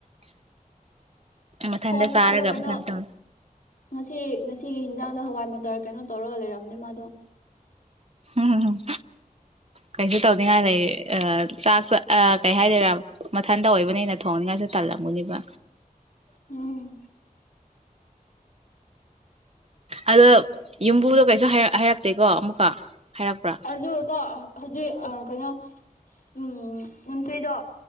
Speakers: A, on the right; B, on the left.
A: ꯃꯊꯟꯗ
B: ꯍꯋꯥꯏ ꯃꯇꯔꯗꯨ
A: ꯆꯥꯔꯒ
B: ꯀꯩꯅꯣ
A: ꯃꯊꯟꯇ
B: ꯉꯁꯤ ꯉꯁꯤꯒꯤ ꯍꯟꯖꯥꯡꯗ ꯍꯋꯥꯏ ꯃꯥꯇꯔ ꯀꯩꯅꯣ ꯇꯧꯔꯒ ꯂꯩꯔꯝꯕꯅꯦ ꯃꯥꯗꯣ
A: ꯎꯝ ꯀꯩꯁꯨ ꯇꯧꯅꯤꯡꯉꯥꯏ ꯂꯩ ꯆꯥꯛꯁꯨ ꯀꯩ ꯍꯥꯏꯗꯔꯥ ꯃꯊꯟꯇ ꯑꯣꯏꯕꯅꯤꯅ ꯊꯣꯡꯅꯤꯡꯉꯥꯏꯁꯨ ꯇꯜꯂꯝꯒꯅꯤꯑꯦꯕ
B: ꯎꯝ
A: ꯑꯗꯣ ꯌꯨꯝꯕꯨꯗꯣ ꯀꯩꯁꯨ ꯍꯥꯏꯔꯛꯇꯦꯀꯣ ꯑꯃꯨꯛꯀ ꯍꯥꯏꯔꯛꯄ꯭ꯔꯥ
B: ꯑꯗꯨꯀꯣ ꯍꯧꯖꯤꯛ ꯀꯩꯅꯣ ꯎꯝ ꯅꯝꯆꯨꯔꯤꯗꯣ